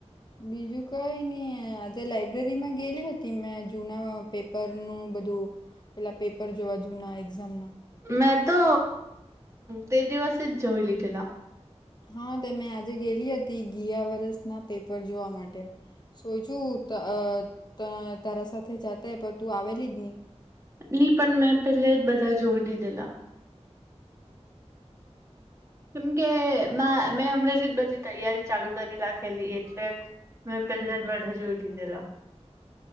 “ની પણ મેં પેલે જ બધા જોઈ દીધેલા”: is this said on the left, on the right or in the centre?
Right